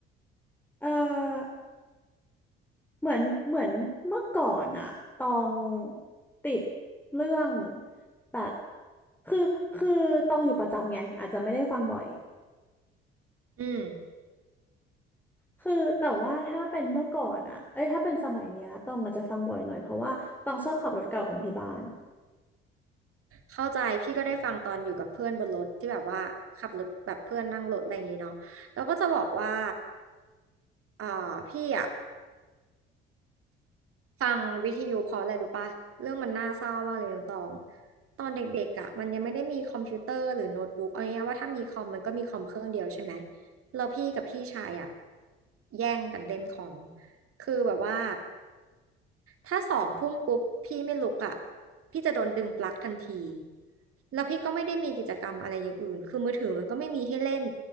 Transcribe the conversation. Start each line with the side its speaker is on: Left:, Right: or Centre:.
Centre: เออ เหมือนเหมือนเมื่อก่อนอะตองติดเรื่องแบบคือคือตองอยู่ประจำไงอาจจะไม่ได้ฟังบ่อย
Right: อืม
Centre: คือแต่ว่าถ้าเป็นเมื่อก่อนอะเอ้ยถ้าเป็นสมัยเนี้ยตองอาจจะฟังบ่อยหน่อยเพราะว่าตองชอบขับรถเก่าของที่บ้าน
Right: เข้าใจพี่ก็ได้ฟังตอนอยู่กับเพื่อนบนรถที่แบบว่าขับรถแบบเพื่อนนั่งรถอะไรอย่างงี้เนาะแล้วก็จะบอกว่าอ่าพี่อ่ะ ฟังวิทยุเพราะอะไรรู้ปะเรื่องมันน่าเศร้ามากเลยน้องตองตอนเด็กๆอ่ะมันยังไม่ได้มีคอมพิวเตอร์หรือโน้ตบุ๊กเอาง่ายๆว่าถ้ามีคอมมันก็มีคอมเครื่องเดียวใช่ไหมแล้วพี่กับพี่ชายอ่ะแย่งกันเล่นคอมคือแบบว่าถ้าสองทุ่มปุ๊บพี่ไม่ลุกอ่ะพี่จะโดนดึงปลั๊กทันทีแล้วพี่ก็ไม่ได้มีกิจกรรมอะไรอย่างอื่นคือมือถือมันก็ไม่มีให้เล่น